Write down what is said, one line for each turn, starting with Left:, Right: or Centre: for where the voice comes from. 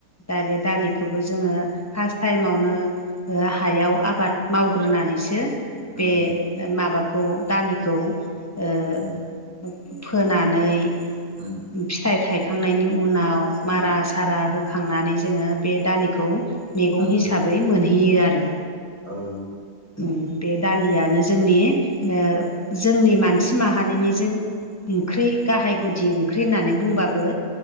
Left: दा बे दालिखौबो जोङो फार्स्ट टाइमावनो ओ हायाव आबाद मावग्रोनानैसो बे
Right: उम
Left: माबाखौ दालिखौ ओ
Right: उम
Left: फोनानै
Right: उम।
Left: फिथाइ थायखांनायनि उनाव
Right: उम
Left: मारा सारा होखांनानै जोङो बे दालिखौ मैगं
Right: उम
Left: हिसाबै मोनहैयो आरो।
Right: औ।
Left: उम बे दालियानो जोंनि ओ जोंनि मानसि माहारिनिजों ओंख्रि गाहाय गुदि ओंख्रि होननानै बुंबाबो